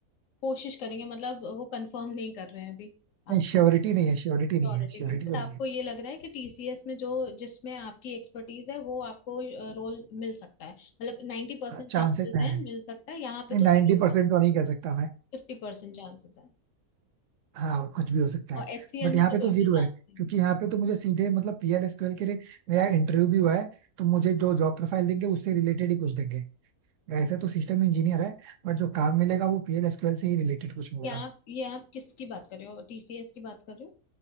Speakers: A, on the left; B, on the right.
A: कोशिश करेंगे मतलब वो कंफर्म नहीं कर रहे हैं अभी आप।
B: नहीं श्योरिटी नहीं है श्योरिटी नहीं
A: श्योरिटी
B: है श्योरिटी
A: नहीं बट
B: तो
A: आपको
B: नहीं है
A: ये लग रहा है कि टीसीएस में जो जिसमें आपकी एक्सपर्टीज है वो आपको रोल मिल सकता है मतलब नाइन्टी परसेंट
B: हाँ चांसेस
A: चांसेस
B: हैं
A: है मिल सकता है यहाँ पे
B: नहीं
A: तो
B: नाइन्टी
A: जीरो
B: परसेंट तो नहीं कह सकता मैं
A: फिफ्टी परसेंट चांसेस है
B: हाँ कुछ भी हो सकता है
A: और एचसीएल
B: बट
A: में
B: यहाँ
A: तो
B: पे तो
A: बिल्कुल
B: जीरो
A: चांस
B: है
A: नहीं
B: क्योंकि
A: है
B: यहाँ पे तो मुझे सीधे मतलब पीएल एसक्यूएल के लिए मेरा इंटरव्यू भी हुआ है तो मुझे जो जॉब प्रोफाइल देंगे उससे रिलेटेड ही कुछ देंगे वैसे तो सिस्टम इंजीनियर है बट जो काम मिलेगा वो पीएल एसक्यूएल से ही रिलेटेड कुछ मिलेगा
A: ये आप ये आप किसकी बात कर रहे हो टीसीएस की बात कर रहे हो